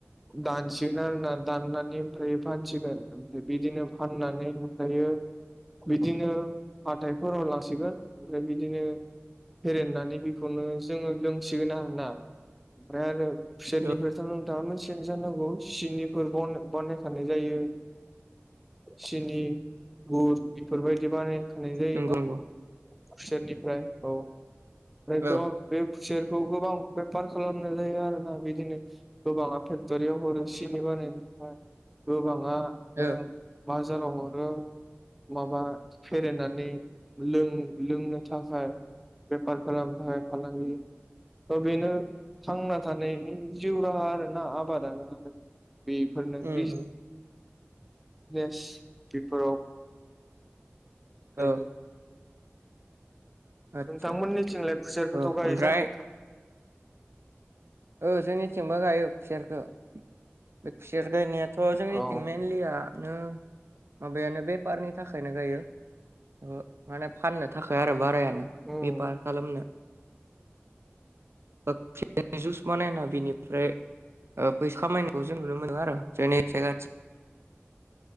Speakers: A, in the centre; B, on the right (about 65°).
A: दानसिगोन आरोना दाननानै ओमफ्राय फानसिगोन ओमफ्राय बिदिनो फाननानै ओमफ्रायो बिदिनो हाथायफोराव लासिगोन ओमफ्राय बिदिनो फेरेननानै बेखौनो जोङो लोंसिगोन आरो ना। ओमफ्राय आरो खुसेेरनिफ्रायथ'
B: औ
A: नोंथाङा मोनथि गौ जानांगौ सिनिफोर बन बानायखानाय जायो। सिनि गुर बेफोरबायदि बानाय खानाय जायोना।
B: नंगौ नंगौ
A: खुसेरनिफ्राय औ ओमफ्रायथ'
B: औ
A: बे खुसेरखौ गोबां बे फार खालामनाय जायो आरोना बिदिनो गोबांआ फे क्टरियाव हरो सिनि बानायनो थाखाय गोबाङानो
B: औ
A: बाजाराव हरो। माबा फेरेनानै लों-लोंनो थाखाय। बेेपार खालाम थाखाय फालांगि थ' बेनो थांना थानायनि जिउ राहा आरोना आ बादाना आरो बेफोरनो
B: उम
A: बिज
B: उम
A: नेस बेफोराव गायो।
B: औ आदसा
A: नोंथांमोननि थिंलाय फुसेरखोथ'
B: औ
A: गायो
B: ओमफ्राय
A: जांर'?
B: ओ जोंनिथिंबो गायो खुसेरखो बे खुसेर गायनाया थ' जोंनिथिं
A: औ
B: मेनलियानो माबायानो बे पारनि थाखायनो गायो ओ माने फाननो थाखाय आरो बाराया
A: उम
B: बेफार खालामनो <unintelligible> बानायना बिनिफ्राय ओ फैसा खामायनायखो जों नुनो मोनो आरो जोंनि जायगाथि।